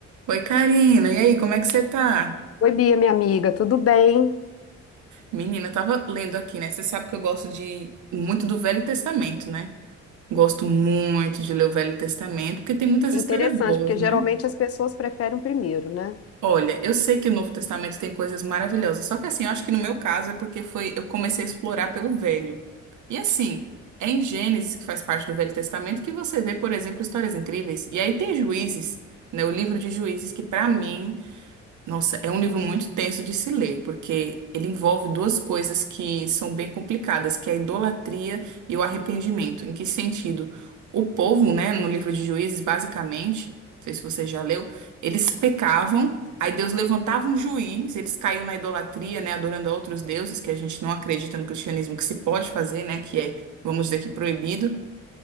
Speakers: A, on the right; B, on the left.
A: Oi, Karina. E aí, como é que você tá?
B: Oi, Bia, minha amiga, tudo bem?
A: Menina, eu tava lendo aqui, né? Você sabe que eu gosto de muito do Velho Testamento, né? Gosto muito de ler o Velho Testamento, porque tem muitas
B: Que
A: histórias
B: interessante,
A: boas,
B: porque
A: né?
B: geralmente as pessoas preferem o primeiro, né?
A: Olha, eu sei que o Novo Testamento tem coisas maravilhosas, só que assim, eu acho que no meu caso é porque foi, eu comecei a explorar pelo Velho. E assim, é em Gênesis, que faz parte do Velho Testamento, que você vê, por exemplo, histórias incríveis. E aí tem Juízes, né? O livro de Juízes, que pra mim Nossa, é um livro muito tenso de se ler, porque ele envolve duas coisas que são bem complicadas, que é a idolatria e o arrependimento. Em que sentido? O povo, né, no livro de Juízes, basicamente, não sei se você já leu, eles pecavam, aí Deus levantava um juiz, eles caíam na idolatria, né, adorando a outros deuses, que a gente não acredita no cristianismo que se pode fazer, né, que é, vamos dizer que proibido.